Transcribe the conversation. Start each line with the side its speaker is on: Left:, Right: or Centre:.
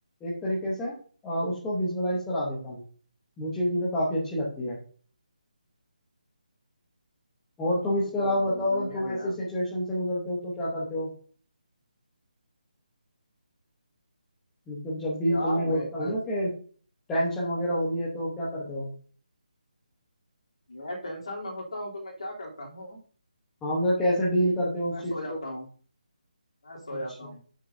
Centre: एक तरीके से अ, उसको विजुअलाइज करा देता हूँ वो चीज मुझे काफी अच्छी लगती है और तुम इसके अलावा
Left: ओ भाई
Centre: बताओ
Left: बढ़िया
Centre: अगर तुम
Left: है
Centre: ऐसी
Left: यार
Centre: सिचुएशन से गुजरते हो तो क्या करते हो मतलब जब भी
Left: यार
Centre: तुम्हें होता
Left: मैं इतना
Centre: है ना कि टेंशन वगैरह हो रही है तो क्या करते हो
Left: मैं टेंशन में होता हूँ तो मैं क्या करता हूँ
Centre: हाँ मतलब कैसे डील करते हो उस
Left: मैं
Centre: चीज
Left: सो जाता
Centre: को
Left: हूँ मैं सो
Centre: अच्छा
Left: जाता हूँ